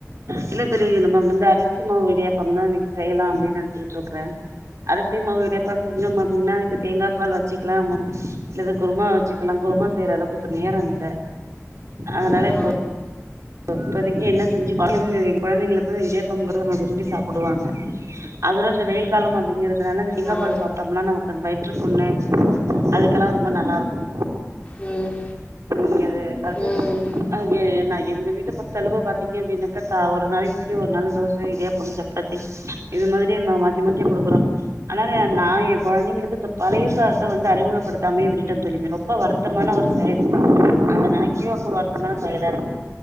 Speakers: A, on the right; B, on the left.
A: இல்ல <unintelligible> நம்ம வந்து அரிசி மாவு இடியப்பாதா இன்னைக்கி செய்லா அப்டின்னு நெனச்சிட்டு இருக்குறேன் அரசி மாவு வேப்பம் <unintelligible> தேங்காப் பால் வச்சுக்கலா, இல்லது குருமா வச்சுக்கலா, குருமா செய்ற அளவுக்கு இப்ப நேரோ இல்ல அதனால
B: ஆ
A: இப்போ இப்போதைக்கு என்ன செஞ்சு <unintelligible> கொழந்தைங்களுக்கு இடியாப்ங்கர விரும்பி சாப்டுவாங்க, அதோட இந்த வெயில் காலம் அப்டிங்கற அதனால இந்த தேங்கா
B: ஆ
A: பால் சாப்டோம்னா நமக் அந்த வயிற்றுக்புண்ணு, அதுக்கெல்லா ரொம்ப நல்லாருக்கு
B: ம்
A: இங்க அது அது
B: ம்
A: அங்க என்னா எங்க வீட்ட பொறுத்த அளவு பாத்தீங்க அப்டின்னாக்கா, ஒரு நாள் இட்லி ஒரு நாள் தோச இடியாப்பம் சப்பாத்தி இது மாதிரி நம்ம மாத்தி மாத்தி கொடுக்குறோ அனால நா என் கொழந்தைங்களுக்கு இந்த பழையசாதத்த வந்து அறிமுகப்படுத்தாமே விட்டுட்டே, ரொம்ப வருத்தமான ஒரு செயல் அத நெனைக்கவே ரொம்ப ஒரு வருத்தமான செயலாருக்கு.